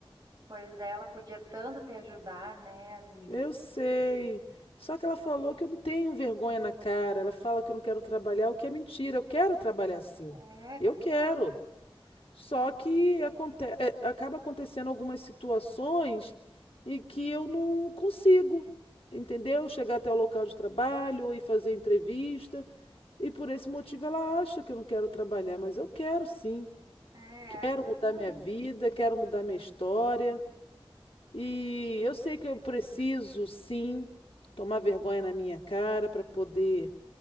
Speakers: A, on the right (about 40°); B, on the left (about 90°).
A: pois é, ela podia tanto te ajudar, né, amiga?
B: Eu sei. Só que ela falou que eu não tenho vergonha na cara. Ela fala que eu não quero trabalhar, o que é mentira. Eu quero trabalhar sim.
A: É,
B: Eu
A: claro.
B: quero. Só que aconte é, acaba acontecendo algumas situações em que eu não consigo, entendeu? Chegar até o local de trabalho e fazer entrevista. E por esse motivo ela acha que eu não quero trabalhar, mas eu quero sim.
A: É,
B: Quero mudar
A: claro.
B: minha vida, quero mudar minha história. E eu sei que eu preciso sim tomar vergonha na minha cara para poder